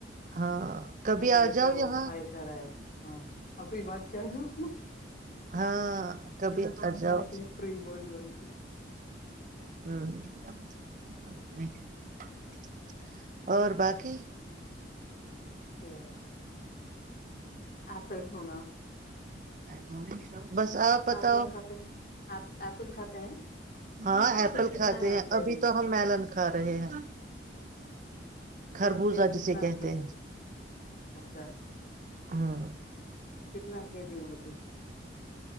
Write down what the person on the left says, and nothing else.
مجھے
تو
خواہش آ رہا ہے ہاں ابھی باق کیا ہے <unintelligible>
کے فری برڈ بن کے
ہ کیا آپ ہی ہونا
لوگ کھاتے ہیں آپ ایپل کھاتے ہیں
کتنا
ہے
کے
جی
اور کے جی
کتنا
روپیس
اچھا
کتنا کہ دی ہ روپیس